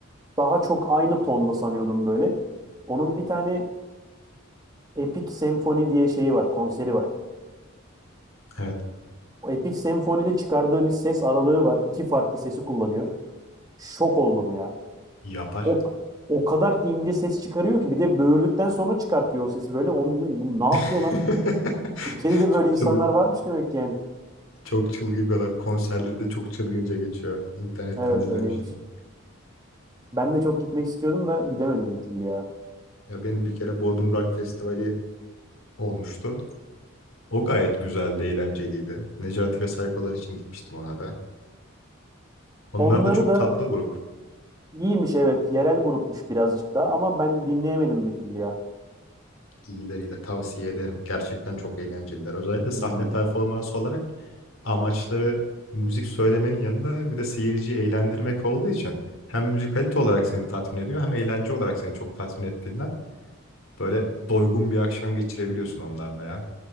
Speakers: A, on the right; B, on the left.
A: daha çok aynı tonda sanıyordum böyle. Onun bir tane Epic Senfoni diye şeyi var, konseri var.
B: Evet.
A: O Epic Senfoni'de çıkardığı bir ses aralığı var. İki farklı sesi kullanıyor. Şok oldum ya.
B: Yapar.
A: O o kadar ince ses çıkarıyor ki bir de böğürdükten sonra çıkartıyor o sesi böyle. Onu dedim bu ne yapıyor
B: <laughs>
A: lan? Türkiye'de de
B: Çok
A: böyle insanlar
B: çılgın,
A: varmış demek ki yani.
B: çok çılgın bir adam. Konserleri de çok çılgınca geçiyor. İnternetten
A: Evet
B: izlemiştim.
A: öyleymiş. Ben de çok gitmek istiyordum da gidemedim bir türlü ya.
B: Ya benim bir kere Bodrum Rock Festivali olmuştu. O gayet güzeldi, eğlenceliydi. Necati ve Saykolar için gitmiştim ona da. Onlar
A: Onları
B: da çok
A: da
B: tatlı grup.
A: iyiymiş evet. Yerel grupmuş birazcık da ama ben dinleyemedim bir türlü ya.
B: İyileriyle tavsiye ederim. Gerçekten çok eğlenceliler. Özellikle sahne
A: Hmm.
B: performansı olarak amaçları müzik söylemenin yanında bir de seyirciyi eğlendirmek olduğu için hem müzikalite olarak seni tatmin ediyor hem eğlence olarak seni çok tatmin ettiğinden böyle doygun bir akşam geçirebiliyorsun onlarla ya.